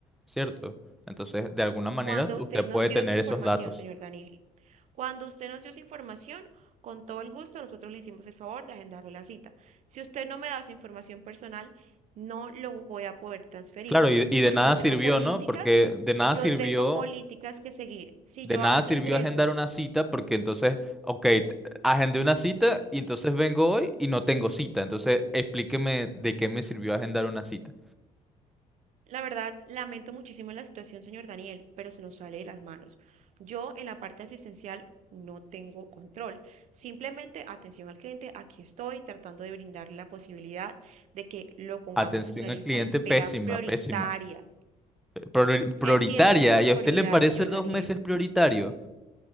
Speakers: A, in the centre; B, on the right.
A: ¿cierto? Entonces, de alguna manera,
B: Cuando usted
A: usted
B: nos
A: puede
B: dio
A: tener
B: su información,
A: esos datos.
B: señor Daniel, cuando usted nos dio su información, con todo el gusto nosotros le hicimos el favor de agendarle la cita. Si usted no me da su información personal, no lo voy a poder transferir,
A: Claro, y, y
B: porque
A: de nada
B: yo
A: sirvió,
B: tengo políticas,
A: ¿no? Porque de nada
B: yo
A: sirvió
B: tengo políticas que seguir. Si
A: De
B: yo
A: nada
B: an-
A: sirvió
B: ingreso
A: agendar una cita porque entonces, ok, t- agendé una cita y entonces vengo hoy y no tengo cita. Entonces, explíqueme de qué me sirvió agendar una cita.
B: La verdad, lamento muchísimo la situación, señor Daniel, pero se nos sale de las manos. Yo en la parte asistencial no tengo control. Simplemente atención al cliente, aquí estoy tratando de brindarle la posibilidad de que lo pongamos
A: Atención
B: en una lista
A: al cliente,
B: de espera
A: pésima,
B: prioritaria.
A: pésima. Priori- prioritaria,
B: Entiendo su inconformidad,
A: ¿y a usted le parece
B: señor
A: dos
B: Daniel.
A: meses prioritario?